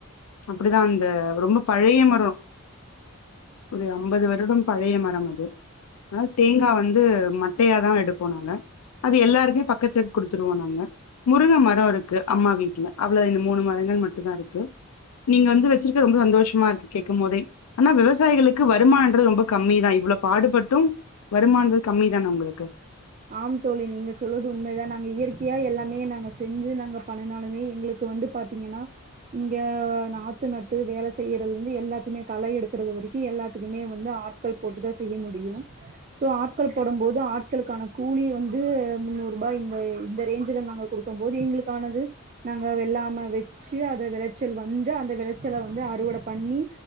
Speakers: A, on the left; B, on the right.
A: அப்டிதான் அந்த ரொம்ப பழைய மரோம் ஒரு ஐம்பது வ வருடம் பழைய மரம் அது அ தேங்கா வந்து வந்து மட்டையா தான் எடுப்போனாங்க அது எல்லாருக்குமே பக்கத்துக்கு குடுத்துடுவோநாங்க முருங்க மரோம் இருக்கு அம்மா வீட்ல அவ்ளோ இந்த மூணு மரங்கள் மட்டும் தான் இருக்கு நீங்க வந்து வச்சிருக்க ரொம்ப சந்தோஷமா இருக்கு கேக்கும் போதே ஆனா விவசாயிகளுக்கு வருமான வரது ரொம்ப கம்மி தான் இவ்வளவு பாடுபட்டும் வருமானது கம்மி தான அவுங்களுக்கு
B: ஆம் தோலி நீங்க சொல்லுவது உண்மதான் நாங்க இயற்கைய எல்லாமே நாங்க செஞ்சு நாங்க பண்ணனாலுமே எங்களுக்கு வந்து பாத்தீங்கன்னா இங்க நாத்து நட்டு வேல செய்யறது வந்து எல்லாத்துமே களை எடுக்குறது வரைக்கும் எல்லாத்துக்குமே வந்து ஆட்கள் போட்டுதான் செய்ய முடியும் சோ ஆட்கள் போடும் போது ஆட்களுக்கான கூலி வந்து முன்னூறுபாய் இந்த இந்த ரேஞ்சல நாங்க குடுக்கும் போது எங்களுக்கானது நாங்க வெல்லாம வெச்சு அத வெளைச்சல் வந்து அந்த வெளைச்சல வந்து அறுவட பண்ணி